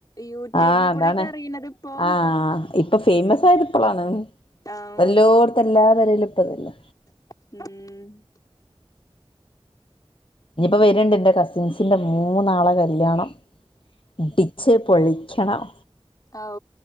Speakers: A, on the left; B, on the left.
A: യൂട്യൂബിൽ
B: ആഹ് അതാണ്
A: കൂടെക്കെ അറിയണതിപ്പോ
B: ആഹ് ഇപ്പൊ ഫേമസ് ആയത് ഇപ്പളാണ്
A: ആം
B: പ്പല്ലോടത്ത എല്ലാ പെരീലും ഇപ്പതല്ലേ
A: ഉം
B: ഇഞപ്പ് വരണ്ട് എൻ്റെ കസിൻസിൻ്റെ മൂന്നാളെ കല്യാണം അടിച്ച് പൊളിക്കണം
A: ഹൌ